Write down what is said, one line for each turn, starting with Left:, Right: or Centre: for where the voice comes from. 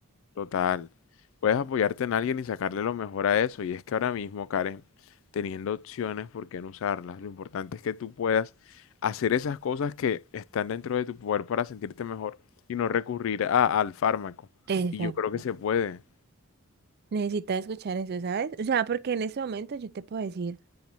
Left: total. Puedes apoyarte en alguien y sacarle lo mejor a eso. Y es que ahora mismo, Karen, teniendo opciones, ¿por qué no usarlas? Lo importante es que tú puedas hacer esas cosas que están dentro de tu poder para sentirte mejor y no recurrir a- al fármaco.
Right: Exacto.
Left: Y yo creo que se puede.
Right: Necesitas escuchar eso, ¿sabes? O sea, porque en ese momento yo te puedo decir,